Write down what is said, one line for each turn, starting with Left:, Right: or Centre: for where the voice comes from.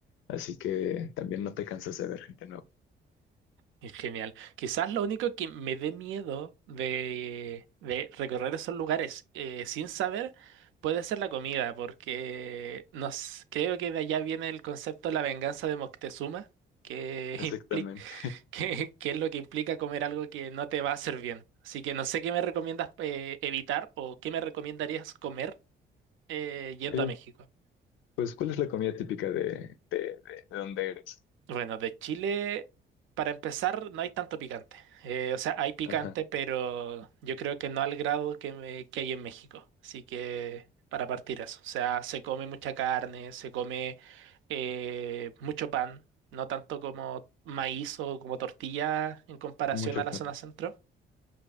Left: así que también no te cansas de ver gente nueva.
Right: Es genial. Quizás lo único que me dé miedo de, de recorrer esos lugares eh, sin saber puede ser la comida, porque nos, creo que de allá viene el concepto de la venganza de Moctezuma, que,
Left: Exactamente.
Right: <laughs> impli- que, que es lo que implica comer algo que no te va a hacer bien. Así que no sé qué me recomiendas eh, evitar o qué me recomendarías comer eh, yendo
Left: Oye,
Right: a México.
Left: pues, ¿cuál es la comida típica de, de, de, de donde eres?
Right: Bueno, de Chile, para empezar, no hay tanto picante. Eh, o sea, hay picante,
Left: Ajá,
Right: pero yo creo que no al grado que, me- que hay en México. Así que, para partir eso. O sea, se come mucha carne, se come eh, mucho pan, no tanto como maíz o como tortilla en comparación
Left: mucho
Right: a la
Left: pan.
Right: zona centro.